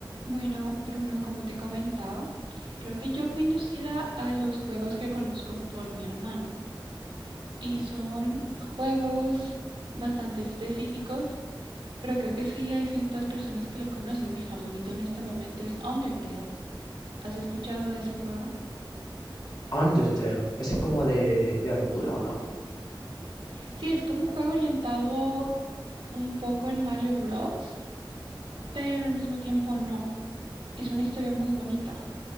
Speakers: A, on the right (about 85°); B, on the left (about 55°).
A: Bueno, Bruno, como te comentaba, creo que yo fui inducida a los juegos que conozco por mi hermano. Y son juegos bastante específicos, pero creo que sí hay ciertas personas que lo conocen. Mi favorito en este momento es Undertale. ¿Has escuchado de ese juego?
B: Undertale. Ese es como de, de aventura, ¿o no?
A: Sí, es como un juego orientado un poco en Mario Bros, pero al mismo tiempo no. Es una historia muy bonita.